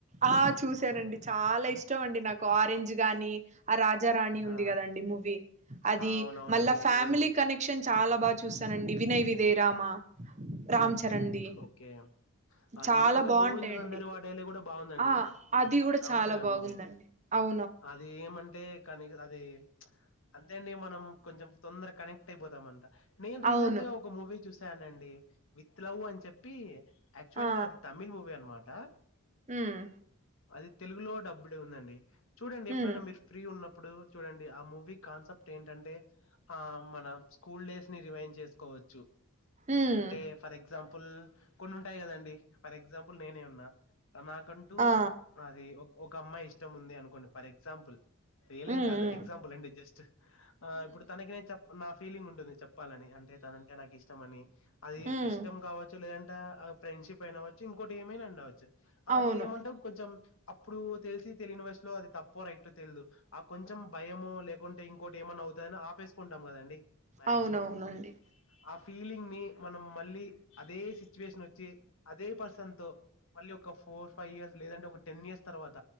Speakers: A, on the right; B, on the left.
A: ఆహ్ చూశానండి చాలా ఇష్టం అండి నాకు ఆరెంజ్ గాని ఆ రాజ్. రాజ రాణి
B: ఆ
A: ఉంది కదండి మూవీ అది
B: ఆ! అవునవునండి
A: మళ్ళ ఫ్యామిలీ కనెక్షన్ చాలా బాగా. చూసానండి వినయ్ విదయ రామ రాంచరణ్ దీ.
B: ఓకే అది
A: చాలా
B: నువ్వు ఇంకా
A: బాగుంటయండి
B: గోవింద్ నందరి వాడేలే కూడా బాగుందండి
A: అహ అది కూడా
B: రామ్
A: చాలా
B: చరణ్
A: బాగుందండి
B: మూవీ
A: అవ్.
B: అది ఏమంటే కానీ అది ప్చ్ అంతేండి మనం. కొంచెం తొందర కనెక్ట్ అయిపోతమంట నేన్ రీసెంట్
A: అవును
B: గా ఒక మూవీ చూశానండి విత్ లవ్ అన్. చెప్పి యాక్చువల్
A: ఆ
B: గా అది తమిళ్ మూవీ అన్మాట.
A: ఉమ్.
B: అది తెలుగులో డబ్బుడ్ ఉందండి చూడండి ఎప్పుడన్నా
A: ఉమ్
B: మీరు ఫ్రీ ఉన్నప్పు. ఇపుడు చూడండి ఆ మూవీ కాన్సెప్ట్ ఏంటంటే ఆహ్ మన ప్చ్. స్కూల్ డేస్ని రివైన్ చేసుకోవచ్చు
A: ఉమ్
B: అంటే ఫర్ ఎగ్జాంప్. ఉమ్ కొన్ని ఉంటాయి కదండి ఫర్ ఎగ్జాంపుల్ నేనే ఉన్నా. నాకంటూ
A: ఆ
B: అది ఒక్ ఒకమ్మాయి ఇష్టం ఉంది అనుకోండి ఫర్ ఎగ్జాంపుల్. రియలేం
A: ఉమ్
B: కాదు
A: ఉమ్
B: ఎగ్జాంపుల్ అండి జస్ట్ ఆహ్ ఇపుడు తనకి నేను చెప్తున్న ఆ ఫీలింగ్ ఉంటుంది చెప్పాలని. అంటే తనంటే నాకిష్టమని అది
A: ఉమ్
B: ఇష్టం కావొచ్చు. లేదంటే ఫ్రెండ్షిప్ ఐనవచ్చు ఇంకోటేమైనా ఉండవచ్చు అది
A: అవును
B: ఏమంటం కొంచెం. అప్పుడు తెలిసి తెలీని వయసులో అది తప్పో రైటో తెల్దు ఆహ్ కొంచెం భయమో లేకుంటే ఇం. ఇంకోటేమన్నా అవుతాయని ఆపేసుకుంటం కదండి మ్యాగ్జిమం
A: అవునవునండి
B: ఆ ఫీలింగ్. మీ మనం మళ్ళీ అదే సిచ్యువేషన్ వొచ్చి అదే పర్సన్ తో. మళ్ళీ ఒక ఫోర్ ఫైవ్ ఇయర్స్ లేదంటే ఒక టెన్ ఇయర్స్ తర్వాత.